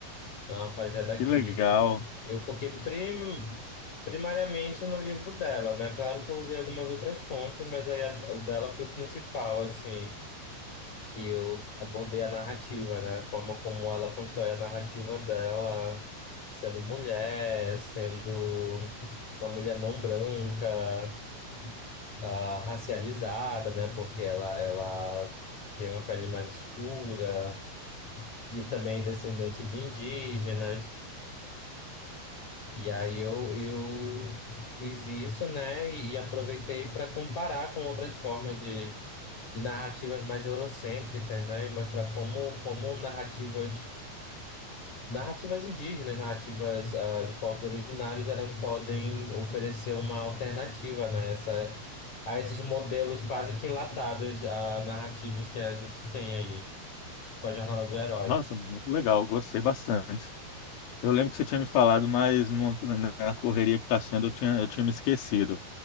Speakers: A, on the left (about 40°); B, on the left (about 85°).
A: uma pajé daqui.
B: Que legal.
A: Eu foquei prim- primariamente no livro dela, né? Claro que eu usei algumas outras fontes, mas aí a- o dela foi o principal, assim, que eu abordei a narrativa, né? A forma como ela constrói a narrativa dela, sendo mulher, sendo uma mulher não branca, ah, racializada, né? Porque ela, ela tem uma pele mais escura. E também descendente de indígenas. E aí eu, eu fiz isso, né? E aproveitei para comparar com outras formas de, de narrativas mais eurocêntricas, né? E mostrar como, como narrativas, narrativas indígenas, narrativas ah, de povos originários, elas podem oferecer uma alternativa, né? Essa, a esses modelos quase que enlatados, a narrativos que a gente tem aí com a jornada do herói.
B: Nossa, muito legal, gostei bastante. Eu lembro que você tinha me falado, mas numa- na na correria que está sendo, eu tinha, eu tinha me esquecido.